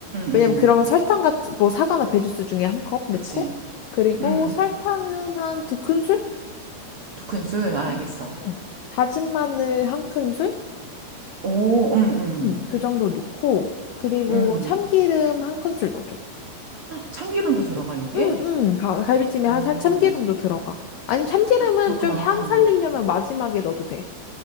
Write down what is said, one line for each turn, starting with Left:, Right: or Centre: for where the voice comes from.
Left: 왜냐면
Right: 음,
Left: 그러면 설탕 같은 뭐 사과나 배주스 중에 한 컵
Right: 그치.
Left: 넣고 그리고
Right: 음,
Left: 설탕은 한 두 큰술?
Right: 두 큰술, 아, 알겠어.
Left: 음, 음. 다진 마늘 한 큰술?
Right: 오, 음,
Left: 음, 그 정도 넣고 그리고
Right: 음,
Left: 참기름
Right: 음.
Left: 한 큰술 넣어줘.
Right: 참기름도 들어가, 이게?
Left: 응, 응. 가- 갈비찜에
Right: 오,
Left: 한 살 참기름도 들어가. 아니면 참기름은
Right: 그렇구나.
Left: 좀 향 살리려면 마지막에 넣어도 돼.